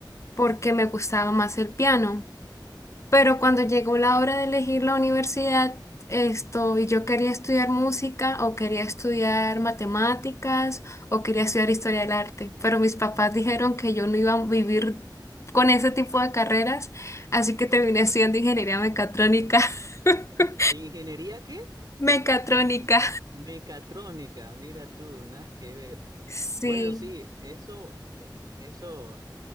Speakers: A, on the left (about 40°); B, on the right (about 60°).
A: porque me gustaba más el piano. Pero cuando llegó la hora de elegir la universidad, esto, y yo quería estudiar música o quería estudiar matemáticas o quería estudiar historia del arte, pero mis papás dijeron que yo no iba a vivir con ese tipo de carreras, así que terminé estudiando ingeniería mecatrónica. <laughs>
B: ¿Ingeniería qué?
A: Mecatrónica.
B: Mecatrónica, mira tú, nada que ver.
A: Sí.
B: Bueno, sí, eso, e, eso